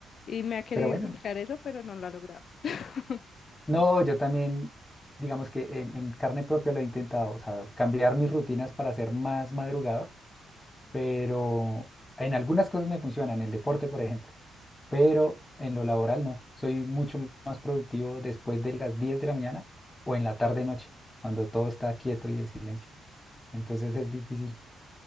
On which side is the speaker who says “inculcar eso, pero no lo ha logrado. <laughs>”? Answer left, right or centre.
Left